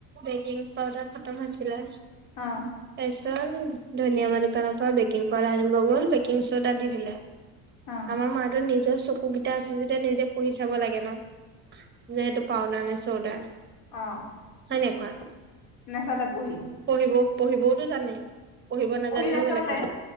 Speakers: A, on the right (about 35°); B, on the left (about 75°).
A: বেকিং পাউদাৰ খতম হৈছিলে।
B: অহ।
A: তাৰ পিছত ধনিয়া মানুহ দোকানৰ পৰা বেকিং পাউাৰ আনিব গ'ল বেকিং চডা দি দিলা।
B: অহ।
A: আমাৰ মাতো নিজৰ চকু কেইটা আছে যেতিয়া নিজে পঢ়ি চাব লাগে ন? যে সেইটো পাউদাৰ নে চডা?
B: অহ।
A: হয় নে কোৱা?
B: নেচালে পঢ়ি।
A: পঢ়িবও-পঢ়িবওতো জানে, পঢ়িব নাজানিলেও
B: পঢ়ি নাচালে।
A: বেলেগ কথা।